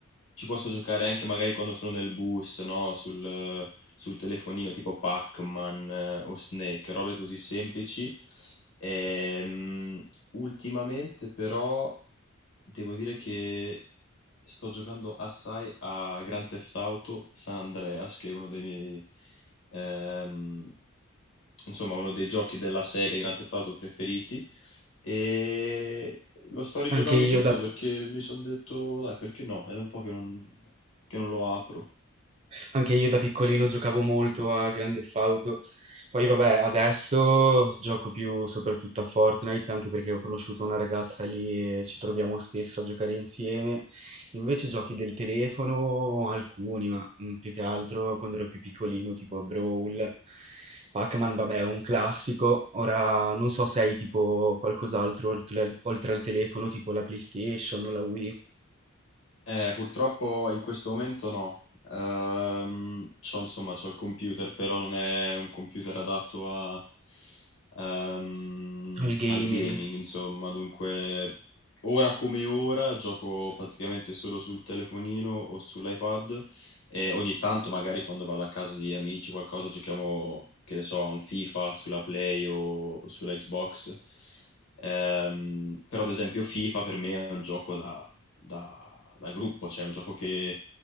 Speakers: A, on the left; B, on the right.
A: ci posso giocare anche magari quando sono nel bus, no? Sul, sul telefonino tipo Pac-Man eh, o Snake, robe così semplici. Ehm, ultimamente però devo dire che sto giocando assai a Grand Theft Auto San Andreas, che è uno dei miei, ehm, insomma, uno dei giochi della serie Grand Theft Auto preferiti. E lo sto rigiocando
B: Anche io
A: tutto
B: da
A: perché mi sono detto, dai, perché no? Ed È da un po' che non, che non lo apro.
B: Anche io da piccolino giocavo molto a Grand Theft Auto, poi vabbè adesso gioco più soprattutto a Fortnite anche perché ho conosciuto una ragazza lì e ci troviamo spesso a giocare insieme. Invece giochi del telefono alcuni, ma mm, più che altro quando ero più piccolino tipo Brawl, Pac-Man vabbè è un classico, ora non so se hai tipo qualcos'altro oltre, al- oltre al telefono tipo la PlayStation o la Wii,
A: Eh, purtroppo in questo momento no. Ehm, c'ho, insomma, c'ho il computer, però non è un computer adatto a, ehm,
B: al gaming.
A: al gaming, insomma. Dunque, ora come ora gioco praticamente solo sul telefonino o sull'iPad e ogni tanto, magari quando vado a casa di amici, qualcosa, giochiamo, che ne so, a un FIFA sulla Play o, o sulla Xbox. Ehm, però, ad esempio, FIFA per me è un gioco da da da gruppo, cioè è un gioco che